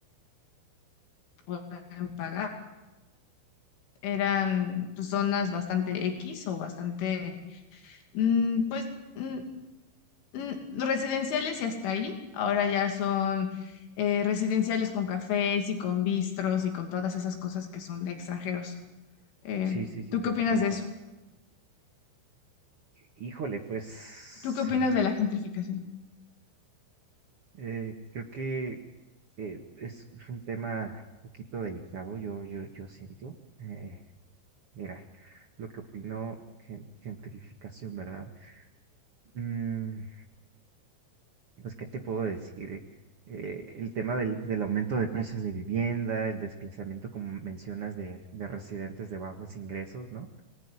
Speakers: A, on the left (about 80°); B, on the right (about 65°).
A: pueden pagar. Eran pues, zonas bastante X o bastante, mm, pues, mm, mm, residenciales y hasta ahí. Ahora ya son eh, residenciales con cafés y con bistros y con todas esas cosas que son de extranjeros. Eh,
B: Sí, sí, sí,
A: ¿tú
B: por
A: qué opinas
B: supuesto.
A: de eso?
B: Híjole, pues
A: ¿Tú qué opinas de la gentrificación?
B: eh, creo que eh, es es un tema un poquito delicado, yo, yo, yo siento. Eh, mira, lo que opino, gen- gentrificación, ¿verdad? Mm, Pues, ¿qué te puedo decir? Eh, el tema del, del aumento de precios de vivienda, el desplazamiento, como mencionas, de, de residentes de bajos ingresos, ¿no?